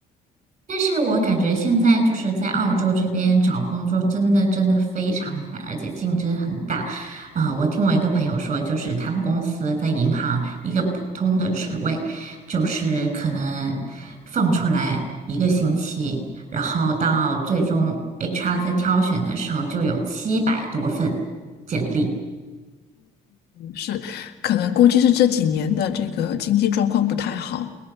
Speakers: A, on the right (about 40°); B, on the left (about 75°).
A: 但是我感觉现在就是在澳洲这边找工作真的真的非常难，而且竞争很大。啊，我听我一个朋友说，就是他们公司在银行一个普通的职位，就是可能放出来一个星期，然后到最终 HR 在挑选的时候就有七百多份简历。
B: 是，可能估计是这几年的这个经济状况不太好，